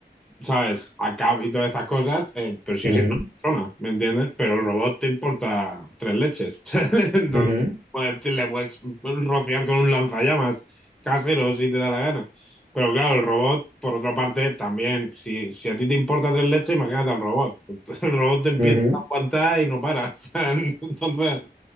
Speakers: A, in the centre; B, on the right.
A: ¿sabes? Acá y todas estas cosas, eh, pero si
B: ujú,
A: es una persona, ¿me entiendes? Pero el robot te importa tres leches. <laughs> Entonces,
B: ujú,
A: pues, te- le puedes rociar con un lanzallamas casero si te da la gana. Pero claro, el robot, por otra parte, también, si, si a ti te importa tres leches, imagínate al robot. <laughs> El robot te empieza
B: ujú.
A: a aguantar y no para. <laughs> O sea, entonces,